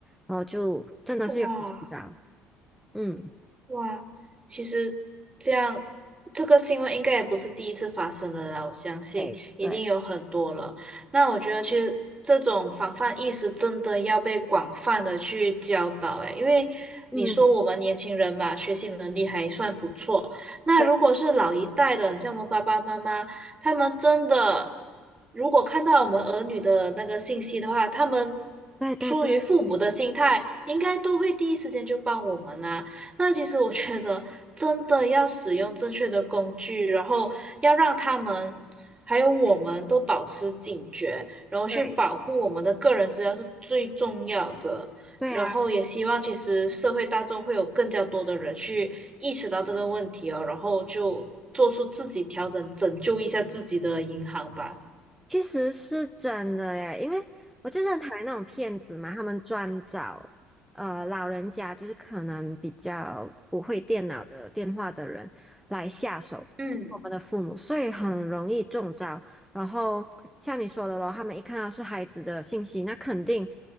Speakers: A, in the centre; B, on the right.
A: 然后就真的是有人中招。
B: 哇。
A: 嗯，
B: 哇，其实这样，这个新闻应该也不是第一次发生了啦，我相信一定有很多了。
A: 对，对，
B: 那我觉得其实这种防范意识真的要被广泛的去教导，诶，因为你说我们年轻人嘛，
A: 嗯，
B: 学习能力还算不错，那如果是老一代的，
A: 对，
B: 像我们爸爸妈妈，他们真的如果看到我们儿女的那个信息的话，他们。
A: 对对对
B: 出于父母的心态，应该都会第一时间就帮我们啊。那其实我觉得，真的要使用正确的工具，然后要让他们还有我们都保持警觉，然后去保护我们的个人资料是最重要的。
A: 对对啊。
B: 然后也希望其实社会大众会有更加多的人去意识到这个问题哦，然后就做出自己调整，拯救一下自己的银行吧。
A: 其实是真的耶，因为我就是很讨厌那种骗子嘛，他们专找呃老人家，就是可能比较不会电脑的电话的人来下手，
B: 嗯
A: 就是我们的父母，所以很容易中招。然后像你说的咯，他们一看到是孩子的信息，那肯定